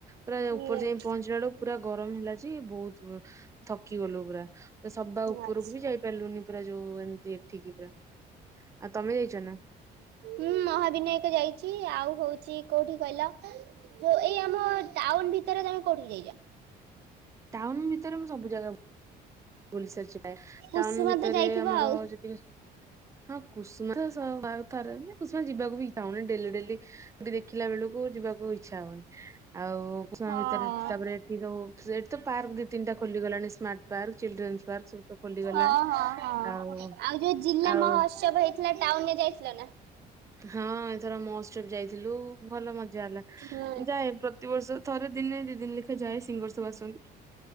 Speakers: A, on the right; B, on the right.
A: ପୁରା
B: ହୁଁ
A: ଉପର ଯାଇ ପହଞ୍ଚିଲା ବେଳୁ ପୁରା ଗରମ ହେଲାଯେ ବହୁତ ଥକି ଗଲୁ ପୁରା ସବା ଉପରକୁ
B: ଆଚ୍ଛା।
A: ବି ଯାଇ ଲୁନି ପୁରା ଯୋଉ ଏମିତି ଏଠିକି ପୁରା ଆଉ ତମେ ଯାଇଛ ନା-
B: ମୁଁ ମହାବିନାୟକ ଯାଇଛି ଆଉ ହଉଛି କୋଉଠି କହିଲ ଯୋଉ ଏଇ ଆମ ଟାଉନ ଭିତରେ ତମେ କୋଉଠି କି ଯାଇଛ।
A: ଟାଉନ ଭିତରେ ସବୁ ଜାଗା ବୁ ବୁଲି ସାରିଛ ପ୍ରାୟ
B: କୁସୁମା
A: ଟାଉନ ଭିତରେ
B: ତ ଯାଇଥିବ
A: ଆମର
B: ଆଉ
A: ଯେତିକ ସବୁ ହଁ କୁସୁମା <unintelligible> କୁସୁମା ଯିବାକୁ ବି ଇଚ୍ଛା ହଉନି ଡେଲୀ ଡେଲି। <unintelligible> ଦେଖିଲା ବେଳକୁ ଯିବାକୁ ଇଚ୍ଛା ହଉନି ଆଉ କୁସୁମା
B: ହଁ।
A: ଭିତରେ ତାପରେ ସେଠି ତ ପାର୍କ ଦି ତିନିଟା ଖୋଲିଗଲାଣି ସ୍ମାର୍ଟ ପାର୍କ ଚିଲଡ୍ରେନ୍ସ ପାର୍କ ସବୁ ତ ଖୋଲିଗଲାଣି
B: ହଁ ହଁ ହଁ
A: ଆଉ
B: ଯୋଉ ଜିଲ୍ଲା
A: ଆଉ
B: ମହୋତ୍ସବ ଟାଉନ ରେ ଯାଇଥିଲ ନା।
A: ହଁ ଏଥର ମହୋତ୍ସବ ଯାଇଥିଲୁ ଭଲ ମଜା ହେଲା।
B: ହୁଁ।
A: ଯାଏ ପ୍ରତିବର୍ଷ ଥରେ ଦିନେ ଦି ଦିନ ଲେଖା ଯାଏ ସିଙ୍ଗର ସବୁ ଆସନ୍ତି।